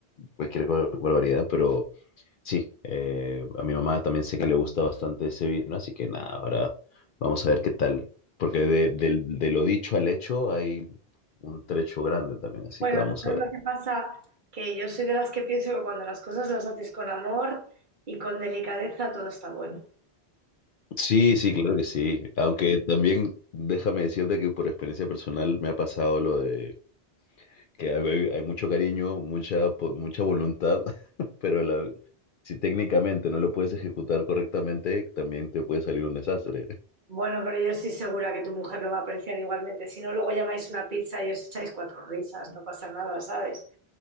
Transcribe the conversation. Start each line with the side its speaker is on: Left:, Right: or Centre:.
Left: cualquier bar- barbaridad, pero sí, eh, a mi mamá también sé que le gusta bastante ese vino, así que nada, ahora vamos a ver qué tal. Porque de, del- de lo dicho al hecho hay un trecho grande también, así
Right: Bueno,
Left: que vamos
Right: ¿sabes
Left: a ver.
Right: lo que pasa? Que yo soy de las que pienso que cuando las cosas las haces con amor y con delicadeza, todo está bueno.
Left: Sí, sí, claro que sí. Aunque también déjame decirte que por experiencia personal me ha pasado lo de que hay, hay mucho cariño, mucha, po- mucha voluntad, <laughs> pero la- si técnicamente no lo puedes ejecutar correctamente, también te puede salir un desastre.
Right: Bueno, pero yo estoy segura que tu mujer lo va a apreciar igualmente. Si no, luego llamáis una pizza y os echáis cuatro risas, no pasa nada, ¿sabes?